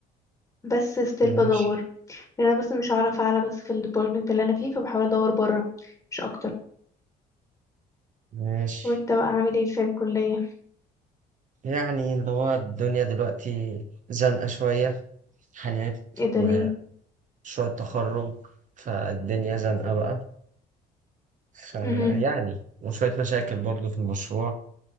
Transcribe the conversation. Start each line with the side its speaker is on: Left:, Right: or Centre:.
Left: بس ستيل
Right: ماشي
Left: بدور لان انا بس مش هعرف اعلى بس في الديبارتمنت اللي انا فيه فبحاول ادور بره مش اكتر
Right: ماشي
Left: وانت بقى عامل ايه في الكليه
Right: يعني اللي هو الدنيا دلوقتي زنقة شوية حالات
Left: ايه ده
Right: ومشروع
Left: ليه
Right: التخرج فالدنيا زنقة بقى فيعني
Left: مهم.
Right: وشوية مشاكل برضو في المشروع